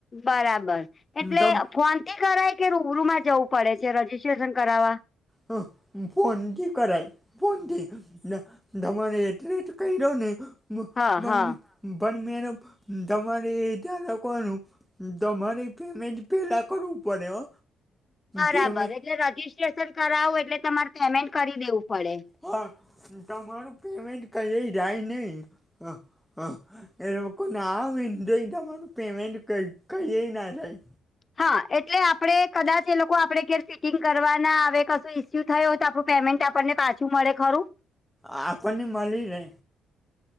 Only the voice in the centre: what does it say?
તમ
હ ફોનથી કરાય ફોનથી. ન તમારે એડરેસ કહી દો ને
મન
પણ મેડમ તમારે ધારકોનું તમારે પેમેન્ટ પેલા કરવું પડે હો.
પેમેન્ટ
હા તમારું પેમેન્ટ કઈ જાય નહી. હા હા એનો કોના <unintelligible> તમારું પેમેન્ટ કઈ કઈએ ના જાય.
આપણને મલી રે.